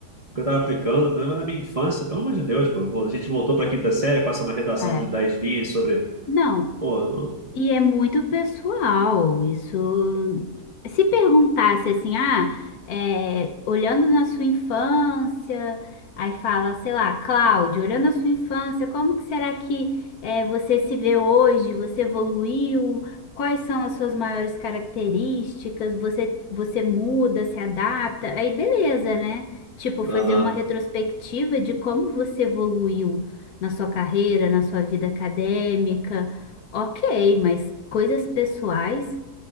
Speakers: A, on the right; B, on the left.
A: que eu tava aplicando, né, na minha infância, pelo amor de Deus, pô, Pô, a gente voltou pra quinta série, faça uma redação
B: É,
A: de dez linhas sobre.
B: não,
A: Pô,
B: E é muito pessoal. Isso. Se perguntasse assim, ah, é, olhando na sua infância, aí fala, sei lá, Cláudio, olhando a sua infância, como que será que é, você se vê hoje? Você evoluiu? Quais são as suas maiores características? Você, você muda, se adapta? Aí beleza, né? Tipo,
A: não-
B: fazer
A: aham,
B: uma retrospectiva de como você evoluiu na sua carreira, na sua vida acadêmica. Ok, mas coisas pessoais